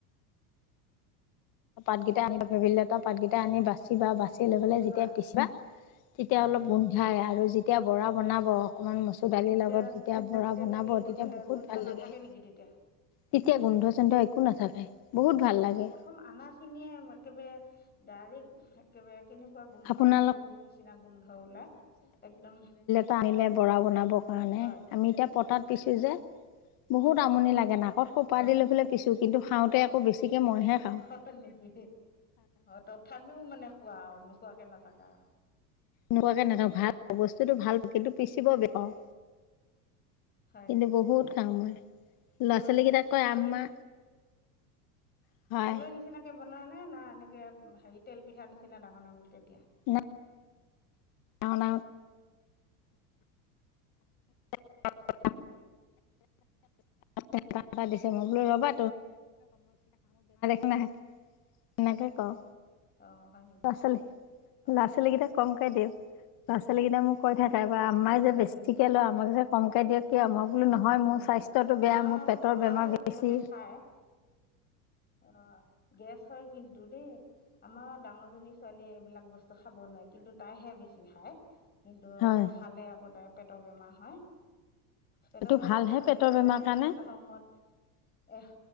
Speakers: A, on the left; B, on the left.
A: পাতকেইটা আনিবা, ভেদেইলতা পাতকেইটা আনি বাচিবা বাচি দি লগে লগে যেতিয়া
B: হয়
A: পিছিবা তেতিয়া
B: হয়
A: অলপ গোন্ধায় আৰু যেতিয়া ভৰা বনাব অকমান মচুৰ দালিৰ
B: তেতিয়া
A: লগত যেতিয়া ভৰা
B: তেতিয়া
A: বনাব
B: কি গোন্ধ
A: তেতিয়া বহুত
B: গোন্ধ
A: ভাল
B: নাথাকে
A: লাগে।
B: নেকি তেতিয়া
A: তেতিয়া গোন্ধ চুন্ধ একো নাথাকে, বহুত ভাল লাগে।
B: হু, আমাৰখিনিয়ে একেবাৰে ডাইৰেক্ট একেবাৰে কেনেকুৱা গোন্ধ,
A: আপোনালোকৰ
B: গু গু নিচিনা গোন্ধ ওলাই একদম।
A: টানিলে ভৰা বনাব কাৰণে,
B: হয়
A: আমি এতিয়া পতাত পিছো যে বহুত আমনি লাগে, নাকত সুপা
B: হয়
A: দি লৈ পে পিছো কিন্তু খাওঁতে আকৌ বেছিকে মইহে খাওঁ
B: হয় নেকি? তথাপিও মানে খোৱা, নোখোৱ কে নাথাকা আৰু।
A: নোখোৱাকে নাথা, ভাল বস্তুটো, ভাল কিন্তু পিচিব বেয়া পাওঁ।
B: হয়
A: কিন্তু
B: নেকি
A: বহুত খাওঁ মই।
B: ফুল
A: ল'ৰা ছোৱালী কেইটা কয়
B: ফুলৰি
A: আম্মা হয়।
B: ফুলৰ নিচিনাকৈ বনোৱা নে না এনেকে হেৰি তেল পিঠা নিচিনা ডাঙৰ ডাঙৰকৈ দিয়া?
A: না ডাঙৰ ডাঙৰ <inaudible>
B: <unintelligible>
A: এটা এটা দিছে মই বোলো ৰ'বা <unintelligible> এনেকে
B: হয়
A: কওঁ,
B: নেকি অ হয় নেকি
A: ল'ৰা ছোৱালী,
B: অ
A: ল'ৰা ছোৱালী কেইটাক কমকে দিওঁ, ল'ৰা ছোৱালী কেইটাই মোক কৈ থাকে কই আমাই যে
B: হয়
A: বেছিকে
B: নেকি
A: লয় মোক যে কমকে দিয় কিয়, মই বোলো নহয়
B: হয়
A: মোৰ
B: নেকি
A: স্বাস্থ্যটো
B: আমাৰ
A: বেয়া, মোৰ পেটৰ
B: আমাৰো
A: বেমাৰ বেছি।
B: সিহঁতে খায় অ' গেছ হয় কিন্ত দেই। আমাৰো ডাঙৰজনী ছোৱালীয়ে এইবিলাক বস্তু খাব নোৱাৰে কিন্তু তাইহে বেছি খায়। কিন্তু
A: হয়
B: খালে আকৌ তাইৰ পেটৰ বেমাৰ হয়। পেটৰ
A: এইটো
B: বেমাৰ
A: ভালহে
B: মানে
A: পেটৰ
B: গেছ
A: বেমাৰ
B: হয়
A: কাৰণে
B: এসপ্তাহৰ মুৰত। এহ,